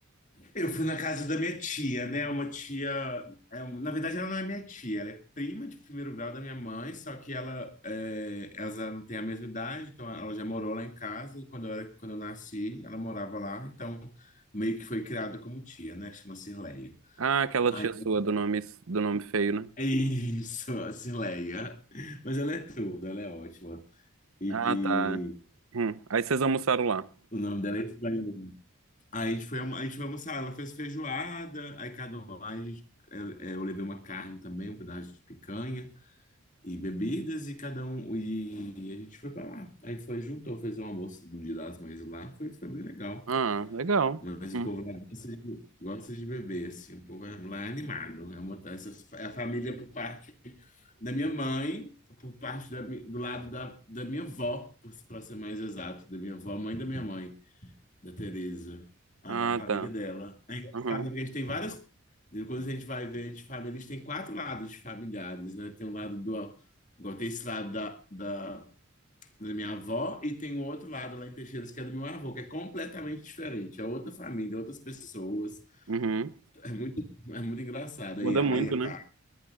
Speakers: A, on the left; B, on the right.
A: Eu fui na casa da minha tia, né? Uma tia... é, na verdade, ela não é minha tia, ela é prima de primeiro grau da minha mãe, só que ela, é, ela já não tem a mesma idade, então ela já morou lá em casa, e quando eu era, quando eu nasci, ela morava lá, então meio que foi criada como tia, né? Chama-se Leia.
B: Ah, aquela
A: Aí
B: tia sua do nome, do nome feio, né?
A: É Isso, a Cileia. Mas ela é tudo, ela é ótima. E,
B: Ah,
A: e
B: tá. Hum. Aí vocês almoçaram lá.
A: o nome dela é estranho. Aí a gente foi, almo- a gente foi almoçar, ela fez feijoada, aí cada um lá, a gente, eu, eu levei uma carne também, um pedaço de picanha e bebidas, e cada um, e, e a gente foi pra lá. Aí foi, juntou, fez um almoço do Dia das Mães lá, foi, foi bem legal.
B: Ah, legal.
A: Mas
B: Hum.
A: o povo lá gosta de, gosta de beber, assim. O povo é- lá é animado. É, uma, essas- é a família por parte da minha mãe, por parte da mi- do lado da, da minha avó, para ser mais exato, da minha avó, mãe da minha mãe, da Tereza. Aí
B: Ah,
A: a família
B: tá.
A: dela. É engraçado,
B: Uhum.
A: porque a gente tem várias. Quando a gente vai ver, a gente, família, a gente tem quatro lados de familiares, né? Tem o lado do. Igual tem esse lado da, da da minha avó, e tem o outro lado lá em Teixeiras, que é do meu avô, que é completamente diferente. É outra família, outras pessoas.
B: Uhum.
A: É muito, é muito engraçado.
B: Muda
A: Aí, aí,
B: muito,
A: é, ca-
B: né?